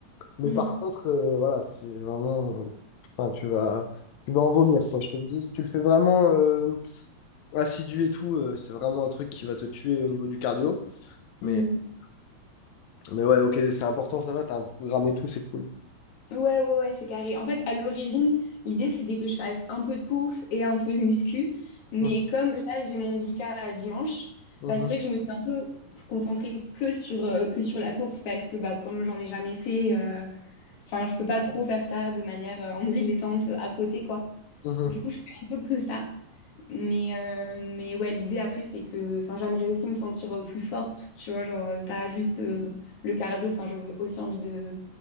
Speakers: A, on the left; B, on the left.
A: Mais
B: Mm,
A: par contre, euh, voilà, c'est vraiment. euh, Enfin, tu vas. Tu vas en vomir, quoi, je te le dis. Si tu le fais vraiment euh, assidu et tout, euh, c'est vraiment un truc qui va te tuer au niveau du cardio. Mais,
B: mm.
A: mais ouais, ok, c'est important, ça va, t'as un programme et tout, c'est cool.
B: Ouais, ouais, ouais, c'est carré. En fait, à l'origine, l'idée, c'était que je fasse un peu de course et un peu de muscu. Mais
A: Mhm,
B: comme là, j'ai mon 10K euh, dimanche,
A: mhm,
B: bah, c'est vrai que je me suis un peu concentrée que sur, euh, que sur la course parce que bah, comme j'en ai jamais fait, euh, Enfin, je peux pas trop faire ça de manière euh, en dilettante à côté, quoi.
A: mhm.
B: Du coup, je fais un peu que ça. Mais, euh, mais ouais, l'idée après, c'est que enfin, j'aimerais aussi me sentir euh, plus forte, tu vois, genre euh, pas juste euh, le cardio. Enfin, j'ai aussi envie de,